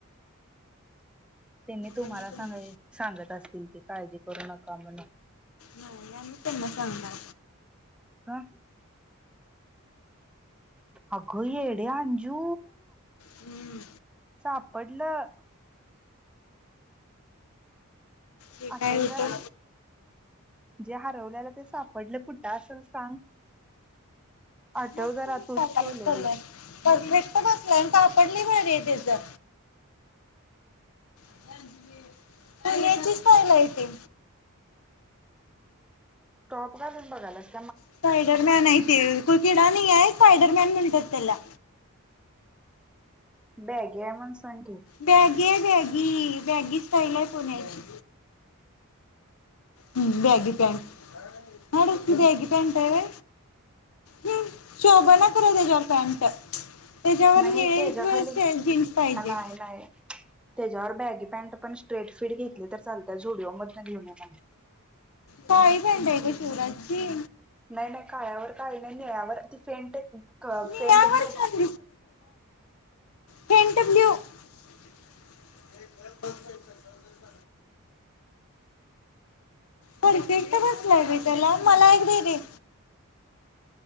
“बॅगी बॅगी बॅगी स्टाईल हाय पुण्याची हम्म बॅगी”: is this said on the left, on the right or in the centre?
Left